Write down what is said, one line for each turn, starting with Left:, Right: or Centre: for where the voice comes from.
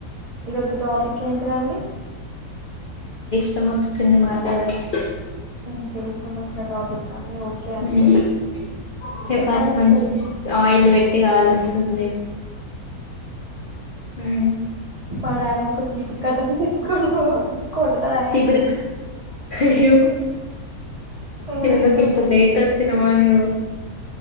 Right: ఈరోజు టాపిక్ ఏంటిదండి
Left: అత్తమ్మ ఒచ్చింది మాట్లాడోచి
Right: మీకు ఇష్టం వచ్చిన టాపిక్ అండి ఓకే అండి
Left: మ్ చపాతి
Right: చెప్పండి మీ
Left: మంచొచి
Right: చెల్లి
Left: ఆయిల్ పెట్టి కాల్ ఉంది మ్
Right: మా డాడ్ అనుకో చీపురు కట్ట తిక్కుండు కొడుతడా
Left: చిపురుకు
Right: ఏంది
Left: అయ్యో
Right: ఊడుస్తు
Left: ఎందుకు ఇంత లేట్ వచ్చినవా నువ్వు